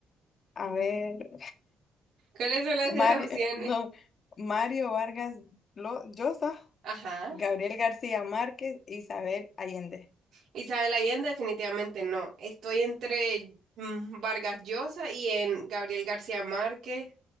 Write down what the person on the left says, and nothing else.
A ver,
Mario,
no, Mario Vargas Lo- Llosa,
Gabriel García Márquez, Isabel Allende.